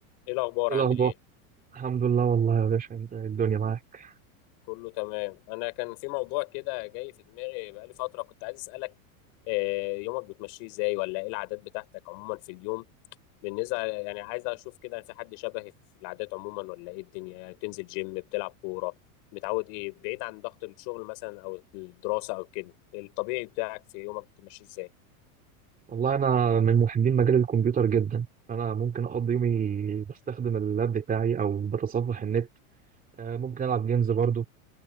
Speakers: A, on the left; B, on the right.
A: ايه الاخبار
B: ايه
A: عامل
B: الاخبار
A: ايه
B: الحمد لله والله يا باشا انت إيه الدنيا معاك
A: كله تمام انا كان في موضوع كده جاي في دماغي بقالي فتره كنت عايز اسالك آه، يومك بتمشيه ازاي ولا ايه العادات بتاعتك عموما في اليوم بالنسبه يعني عايز اشوف كده في حد شبهي في العادات عموما ولا ايه الدنيا يعني تنزل جيم بتلعب كوره متعود ايه بعيد عن ضغط الشغل مثلا او الدراسه او كده الطبيعي بتاعك في يومك بتمشيه ازاي
B: والله انا من محبين مجال الكمبيوتر جدا فانا ممكن اقضي يومي بستخدم اللاب بتاعي او بتصفح النت آه، ممكن العب جيمز برضو